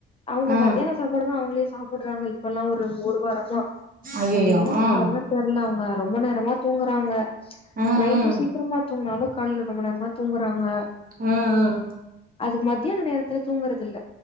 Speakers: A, on the left (about 30°); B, on the right (about 45°).
A: அவங்க
B: ஆ
A: மதியான சாப்பாடு தா அவங்களே சாப்புட்றாங்க இப்பல்லாம் ஒரு வாரம் மா
B: ஐயையோ
A: அது என்ன
B: ம்
A: காரணோ தெர்ல இங்க ரொம்ப நேரமா தூங்குறாங்க
B: ம்
A: நைட்டு
B: ம்
A: சீக்கரமா தூங்குனாலு <inaudible> ரொம்ப நேரமா தூங்குறாங்க
B: ம் ம்
A: அதுக் மத்தியான நேரத்துல தூங்குறது இல்ல